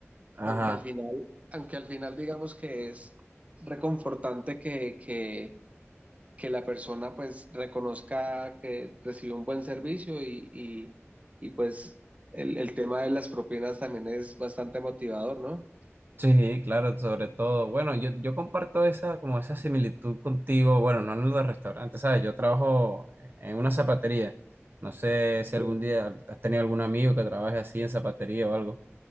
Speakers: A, on the right; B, on the right.
A: aunque
B: Ajá.
A: al final, aunque al final digamos que es reconfortante que, que que la persona pues reconozca que recibió un buen servicio y, y, y pues el, el, tema de las propinas también es bastante motivador, ¿no?
B: Sí, claro, sobre todo. Bueno, yo, yo comparto esa, como esa similitud contigo, bueno, no en los restaurantes, ¿sabes? Yo trabajo en una zapatería. No sé si algún
A: Sí,
B: día has tenido algún amigo que trabaje así en zapatería o algo.